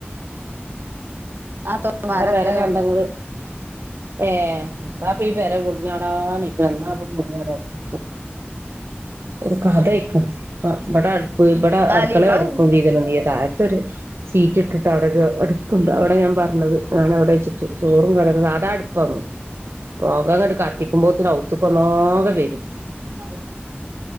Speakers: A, on the right; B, on the right.
A: നാത്തൂന്മാരൊക്കെല്ലേ
B: ആ പെര കണ്ട നിങ്ങള്? ഏ ഏത്തപ്പ പേര പൊളിഞ്ഞാടനയിക്കന് എന്നാപ്പ പൊളിഞ്ഞാടാ വിചാരിച്ച കപ്പ ഒരു കത ആക്കും അടുപ്പ
A: താലീക്കള
B: അടുക്കള അടുപ്പും വീത ഇ സീറ്റ് ഇട്ടിട്ട് അവിടെ അടുപ്പ് ഉണ്ട് അവിടെ ഞാൻ പറഞ്ഞത് ആാണ് എവിടെ വച്ചി ചോറും കറങ്ങുന്നത് അതാ അടുപ്പന്ന് പോകങ്ങട്ട് കത്തിക്കുമ്പോത്തിന് ഔത്തക്കന്നകെ വരും
A: ആ